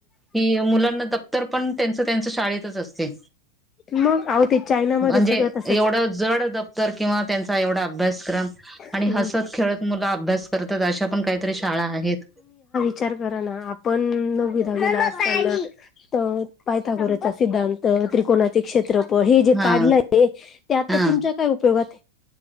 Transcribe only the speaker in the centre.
कि मुलांना दप्तर पण त्यांच त्यांच शाळेतच असते.
म्हणजे
एवढं जड दफ्तर किंवा त्यांचा एवढा अभ्यासक्रम
आणि हसत खेळत मुला अभ्यास तात अशा पण काहीतरी शाळा आहेत
हा
हा